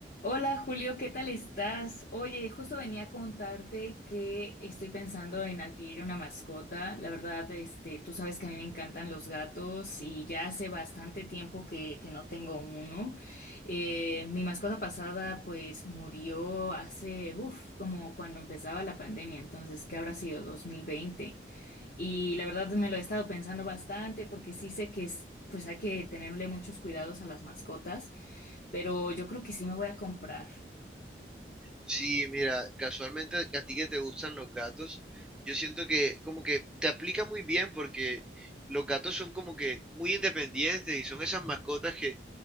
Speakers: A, on the left (about 50°); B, in the centre.
A: Hola Julio, ¿qué tal estás? Oye, justo venía a contarte que estoy pensando en adquirir una mascota. La verdad, este, tú sabes que a mí me encantan los gatos y ya hace bastante tiempo que, que no tengo uno. Eh, mi mascota pasada pues murió hace, uff, como cuando empezaba la pandemia, entonces, ¿qué habrá sido? 2020. Y la verdad me lo he estado pensando bastante porque sí sé que es, pues hay que tenerle muchos cuidados a las mascotas, pero yo creo que sí me voy a comprar.
B: Sí, mira, casualmente a ti que te gustan los gatos, yo siento que como que te aplica muy bien porque los gatos son como que muy independientes y son esas mascotas que